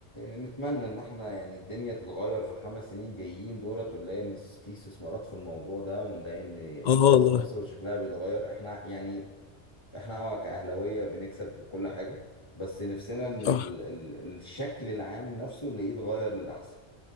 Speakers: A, on the left; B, on the left.
A: نتمنى ان احنا يعني الدنيا تتغير في الخمس سنين جايين دولت ونلاقي ان في استثمارات في الموضوع ده ونلاقي ان الكرة
B: اه والله
A: في مصر شكلها بيتغير احنا يعني احنا اه كأهلاوية بنكسب وكل حاجة بس نفسنا ان ال
B: صح
A: ال الشكل العام نفسه نلاقيه اتغير للأحسن